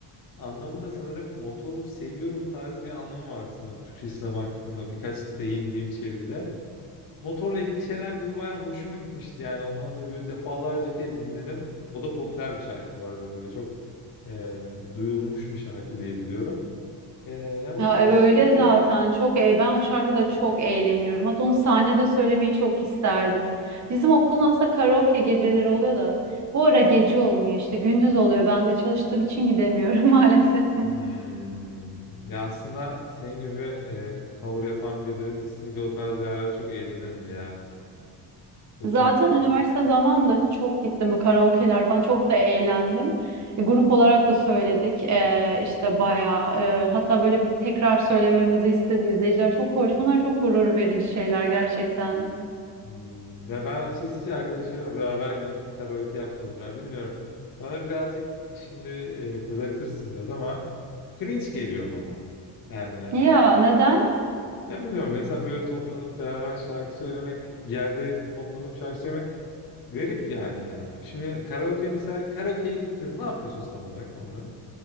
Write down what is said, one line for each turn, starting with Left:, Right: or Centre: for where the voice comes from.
Left: anlamı da sanırım motoru seviyorum tarzı bir anlamı var sanırım Türkçesine baktığımda birkaç deyim diyeyim çeviride. Motorla ilgili şeyler dedi bayağı hoşuma gitmişti yani ondan da böyle defalarca kez dinledim. O da popüler bir şarkı bu arada böyle çok e, duyulmuş bir şarkı diye biliyorum. E, ya o
Right: Ya
Left: tarz
Right: evet öyle
Left: şarkılar.
Right: zaten. Çok e ben o şarkıda çok eğleniyorum. Hatta onu sahnede söylemeyi çok isterdim. Bizim okulun aslında karaoke geceleri oluyor da. Bu ara gece olmuyor işte gündüz oluyor. Ben de çalıştığım için gidemiyorum <laughs> maalesef.
Left: Hmm. Ya aslında senin gibi e, cover yapan birileri kesinlikle o tarz yerlere çok eğlenirdi ya. Kötü
Right: Zaten
Left: ol.
Right: üniversite zamanında çok gittim karaoke'ler falan çok da eğlendim. E, grup olarak da söyledik e, işte bayağı e, hatta böyle bir tekrar söylememizi istedi izleyiciler çok hoş. Bunlar çok gurur verici şeyler gerçekten.
Left: Hmm. Ya ben açıkçası hiç arkadaşlarımla beraber gidip karaoke yapmadım ya bilmiyorum. Bana birazcık şimdi e, kızabilirsin biraz ama cringe geliyor bana. Yani
Right: Ya neden?
Left: ya bilmiyorum mesela böyle toplanıp beraber şarkı söylemek bir yerde toplanıp şarkı söylemek garip yani ya. Şimdi karaoke mesela karaoke'ye gittiniz ne yapıyorsunuz tam olarak orada?